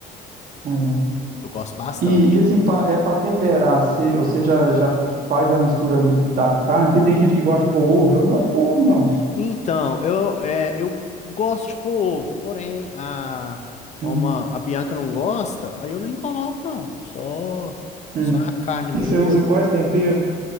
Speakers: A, on the right; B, on the left.
A: Uhum.
B: Eu gosto bastante.
A: E, e assim, pa- é para temperar, se, você já, já faz a mistura ali da carne, porque tem gente que gosta de pôr ovo, eu não gosto de pôr ovo, não.
B: Então, eu, é, eu gosto de polvo, porém, a, como
A: Hum,
B: a, a Bianca não gosta, aí eu nem coloco, não. Só,
A: hum.
B: só a carne mesmo.
A: E você usa quais temperos?